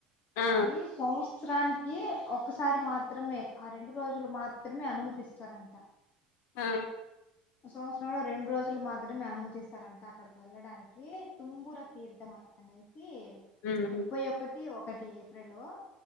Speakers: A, on the left; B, on the left.
A: ఆ
B: అది సంవత్సరాని కి ఒక్కసారి మాత్రమే ఆ రెండు రోజులు మాత్రమే అనుమతిస్తారంట
A: ఆ
B: సంవత్సరంలో రెండు రోజులు మాత్రమే అనుమతిస్తారంట అక్కడికెళ్ళడానికీ తుంబురతీర్థమననేసి
A: ఉమ్
B: ముప్పై ఒకటి ఒకటి రెం లో